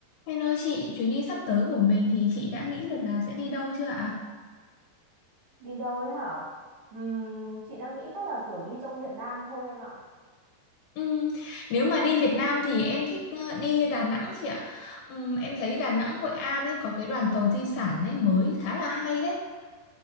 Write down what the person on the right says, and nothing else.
Đi đâu ấy hả? Ừm, chị đang nghĩ chắc là kiểu đi trong Việt Nam thôi em ạ.